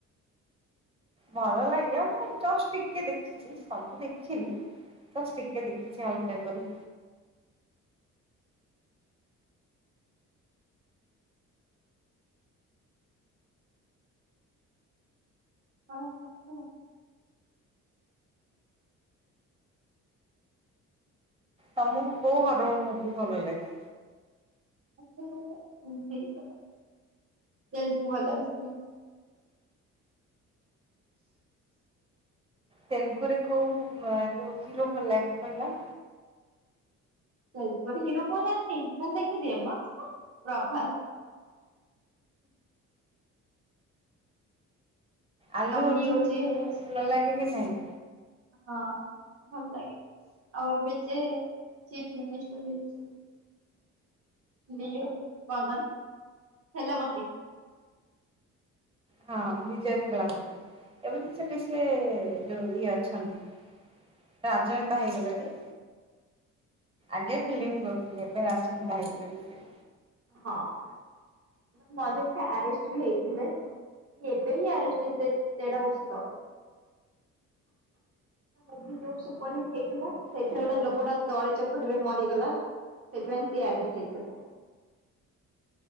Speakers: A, on the right (about 20°); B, on the right (about 50°).
A: ଭଲ ଲାଗିଲା ମୁଁ ଜଷ୍ଟ ଟିକେ ଦେଖିଛି ସବୁ ଦେଖିନି। ବାସ ଟିକେ ଦେଖିଛି ହାଲକା କରି।
B: ଓହୋ। <unintelligible>
A: ତମକୁ କୋଉ ହରର ମୁଭି ଭଲ ଲାଗେ?
B: ମତେ ମୁଭି ଜୀବନ। ତେଲୁଗୁ ବାଲା <unintelligible>
A: ତେଲୁଗୁରେ କୋଉ ଉଁ ମା ଯୋଉ ହିରୋ ଭଲ ଲାଗେ କହିଲ?
B: ତେଲଗୁରେ ହିରୋ ମୁଁ ଜାଣିନି ମୁଁ ଖାଲି ଦେଖିଦିଏ ମ ହେ ପ୍ରଭାସ୍।
A: ଆଲୁ
B: ଆଉ
A: ଅର୍ଜୁନ
B: ଲିଓ ଯିଏ ହେଇଛି
A: କୁ ଭଲ ଲାଗେ କି ନାଇଁ?
B: ହଁ ଭଲ ଲାଗେ ଆଉ ଏବେ ଯେ ଚିପ ମିନିଷ୍ଟର ହେଇଚି। ଏବେ ଯଉ କଣ ତା ନାଁ ଥେଲାପତି।
A: ହଁ ବିଜୟ ଥାଲାପତି ଏବେ ତ ସେଠି ସେ। ଯୋଉ ଇଏ ଅଛନ୍ତି। ରାଜନେତା ହେଇଗଲେଣି ଆଗେ ଫିଲିମ୍ କରୁଥିଲେ ରାଜନେତା ହେଇଗଲେଣି ସେ।
B: ହଁ ଉଁ ହୁଁ ମଝିରେ ସେ ଆରେଷ୍ଟ ବି ହେଇଥିଲେ। ଏବେ ହିଁ ଆରେଷ୍ଟ ହେଇଥିଲେ ଦେଢ ବର୍ଷ ତଳେ। ତା ମୁଭି ଯୋଉ ସୁପର ହିଟ ହୋଇ ଥିଲା ସେଥିରେ
A: ହେଇଥିବ।
B: ଗୋଟେ ଲୋକଟା ଦଳି ଚକଟିରେ ମରିଗଲା ସେଥିପାଇଁ ସିଏ ଆରେଷ୍ଟ ହେଇଥିଲେ।